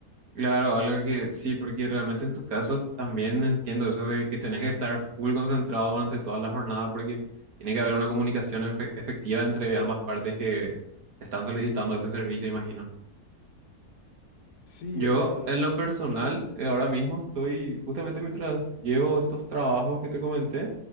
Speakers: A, on the right; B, on the left.
A: Claro, algo que sí, porque realmente en tu caso también entiendo eso de que tenés que estar full concentrado durante toda la jornada porque tiene que haber una comunicación efe- efectiva entre ambas partes que te están solicitando ese servicio, imagino.
B: Sí,
A: Yo,
B: o sea,
A: en lo personal, eh, ahora mismo estoy, justamente mientras llevo estos trabajos que te comenté,